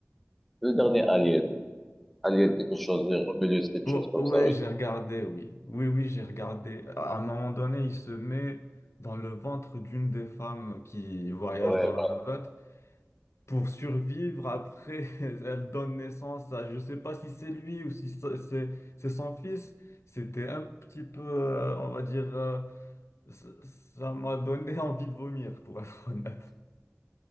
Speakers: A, in the centre; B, on the left.
A: le dernier Alien. Alien
B: Euh,
A: quelque chose, oui, Romulus quelque
B: oh,
A: chose comme
B: ouais,
A: ça, oui.
B: j'ai regardé, oui. Oui, oui, j'ai regardé. À un moment donné, il se met dans le ventre d'une des femmes qui voyage
A: Ouais,
B: dans
A: voilà.
B: la navette. pour survivre. Après, <laughs> elle donne naissance à, je sais pas si c'est lui ou si c'est c'est- c'est son fils. C'était un petit peu, euh, on va dire, euh, ça ça m'a donné <laughs> envie de vomir, pour être honnête.